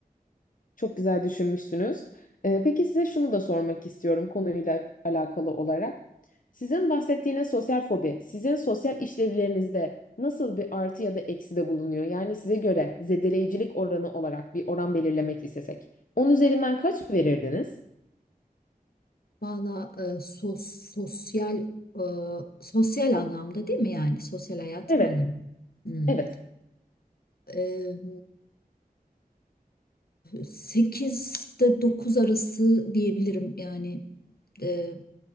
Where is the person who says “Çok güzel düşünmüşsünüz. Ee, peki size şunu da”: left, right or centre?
Left